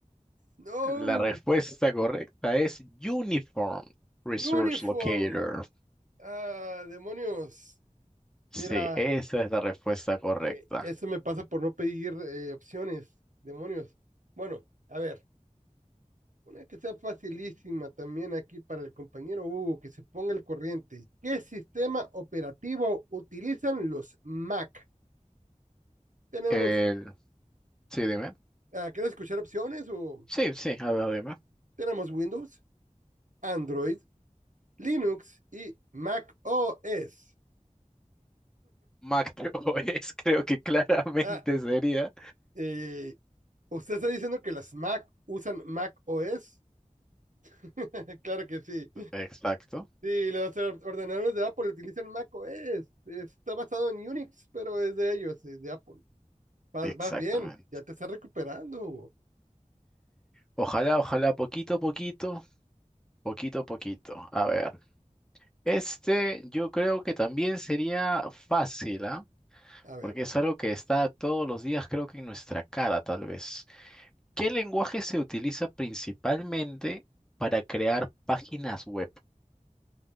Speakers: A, on the right (about 75°); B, in the centre.
A: No.
B: La respuesta correcta es Uniform Resource
A: Uniform.
B: Locator.
A: Ah, demonios.
B: Sí,
A: Mira,
B: esa es la respuesta correcta.
A: Eh, eso me pasa por no pedir eh, opciones, demonios. Bueno, a ver, una que sea facilísima también aquí para el compañero Hugo, que se ponga el corriente. ¿Qué sistema operativo utilizan los Mac? Tenemos,
B: el Sí, dime.
A: ah, ¿quieres escuchar opciones? O
B: Sí, sí, a ver, dime.
A: tenemos Windows, Android, Linux y Mac OS.
B: Macro <laughs> es, creo que claramente
A: Ah,
B: sería.
A: eh, ¿usted está diciendo que las Mac usan Mac OS? <laughs> Claro que sí.
B: Exacto,
A: Sí, los or- ordenadores de Apple utilizan macOS. Está basado en Unix, pero es de ellos, es de Apple. Vas,
B: exactamente.
A: vas bien, ya te estás recuperando, Hugo.
B: Ojalá, ojalá, poquito a poquito, poquito a poquito. A ver, este yo creo que también sería fácil, ¿ah?
A: A ver.
B: Porque es algo que está todos los días, creo que en nuestra cara, tal vez. ¿Qué lenguaje se utiliza principalmente para crear páginas web?